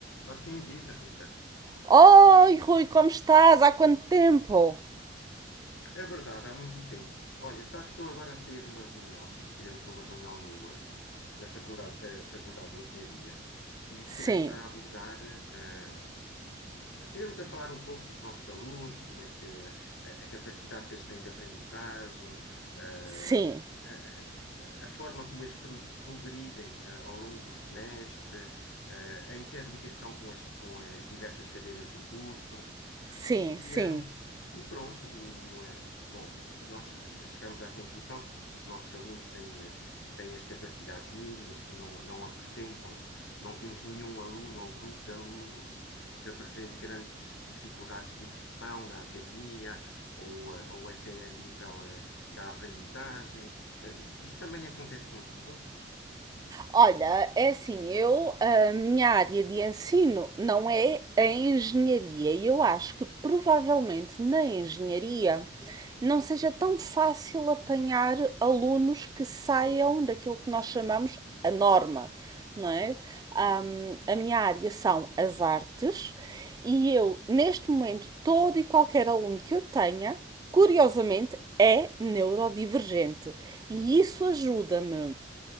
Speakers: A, on the left; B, on the right.
A: Assim viva, Rita.
B: Oi, Rui, como estás? Há quanto tempo?
A: É verdade, há muito tempo. Olha, sabes, estou agora a sair de uma reunião. Tivemos uma reunião no, eh, na faculdade, da Faculdade de Engenharia e estivemos
B: Sim,
A: a abordar eh, Tivemos a falar um pouco dos nossos alunos, como é que a, a capacidade que eles têm de aprendizagem, eh,
B: sim,
A: a, a- a forma como eles pro- progridem eh, ao longo do semestre, eh, a interligação com as, com as diversas cadeiras do curso.
B: sim,
A: E,
B: sim.
A: eh, e pronto, o, eh, bom, eh, nós eh, chegamos à conclusão que os nossos alunos têm, eh, têm as capacidades mínimas, que não, não apresentam, não temos nenhum aluno ou grupo de alunos que apresente grandes dificuldades de inserção na academia ou, eh, ou até a nível eh, da aprendizagem. Eh, Isso também acontece contigo?
B: Olha, é assim, eu, a minha área de ensino não é a engenharia e eu acho que provavelmente na engenharia não seja tão fácil apanhar alunos que saiam daquilo que nós chamamos a norma, não é? Ahm, a minha área são as artes e eu, neste momento, todo e qualquer aluno que eu tenha, curiosamente, é neurodivergente. E isso ajuda-me